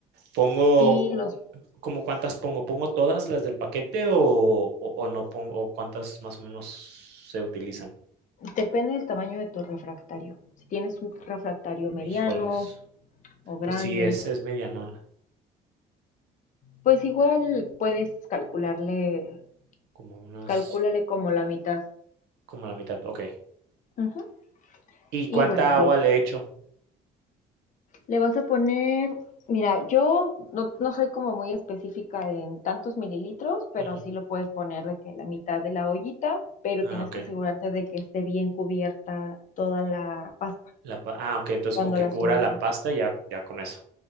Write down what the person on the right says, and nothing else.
Pongo,
¿cómo cuántas pongo? ¿Pongo todas las del paquete o, o, o no pongo, o cuántas más o menos se utilizan?
Híjoles.
Pues sí, es, es medianón.
Como unas,
como la mitad, ok.
¿Y cuánta
agua
le echo?
Ujú.
Ah,
ok.
La, pa- ah, ok, entonces
con que
cubra
la pasta ya, ya con eso.